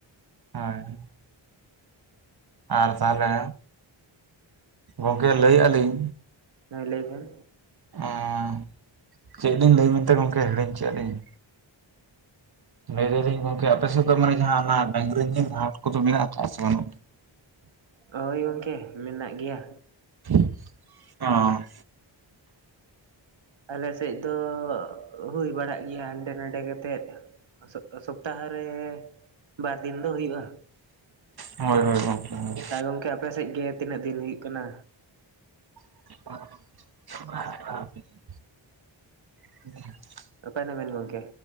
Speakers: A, on the right; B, on the right.
A: <unintelligible> ᱟᱨ ᱛᱟᱦᱚᱞᱮ ᱜᱚᱝᱠᱮ ᱞᱟᱹᱭᱮᱫ ᱟᱞᱤᱧ
B: ᱦᱮ ᱞᱟᱹᱭ‌ ᱵᱤᱱ,
A: ᱚᱸᱻ ᱪᱮᱫ ᱞᱤᱧ ᱞᱟᱹᱭ ᱢᱮᱱᱛᱮ ᱜᱚᱝᱠᱮ ᱦᱤᱲᱤᱧ ᱠᱮᱭᱟᱜ ᱞᱤᱧ᱾ ᱞᱟᱹᱭ ᱫᱟᱞᱤᱧ ᱜᱚᱝᱠᱮ ᱟᱯᱮ ᱥᱮᱫ ᱫᱚ ᱢᱟᱱᱮ ᱡᱟᱦᱟᱸ ᱚᱱᱟ ᱰᱟᱝᱨᱤᱡᱤᱞ ᱦᱟᱴ ᱠᱚᱫᱚ ᱢᱮᱱᱟᱜ ᱟᱠᱟᱟᱜ ᱥᱮ ᱵᱟᱹᱱᱩᱜ?
B: ᱦᱳᱭ ᱜᱚᱢᱠᱮ ᱢᱮᱱᱟᱜ ᱜᱮᱭᱟ᱾
A: <unintelligible> ᱚ
B: ᱟᱞᱮᱥᱮᱫ ᱫᱚ ᱦᱩᱭ ᱵᱟᱲᱟᱜ ᱜᱮᱭᱟ ᱦᱟᱸᱱᱰᱮ ᱱᱟᱰᱮ ᱠᱟᱛᱮᱫ ᱥᱚᱯᱛᱟᱦᱚ ᱨᱮ ᱵᱟᱨ ᱫᱤᱱ ᱫᱚ ᱦᱩᱭᱩᱜᱼᱟ᱾
A: ᱦᱳᱭ ᱦᱳᱭ ᱜᱚᱝᱠᱮ ᱦᱳᱭ᱾
B: ᱟᱨ ᱜᱚᱢᱠᱮ ᱟᱯᱮ ᱥᱮᱫ ᱜᱮ ᱛᱤᱱᱟᱹᱜ ᱫᱤᱱ ᱦᱩᱭᱩᱜ ᱠᱟᱱᱟ?
A: <unintelligible> <inaudible>
B: ᱚᱠᱟᱭ ᱮᱱᱟᱵᱤᱱ ᱜᱚᱢᱠᱮ?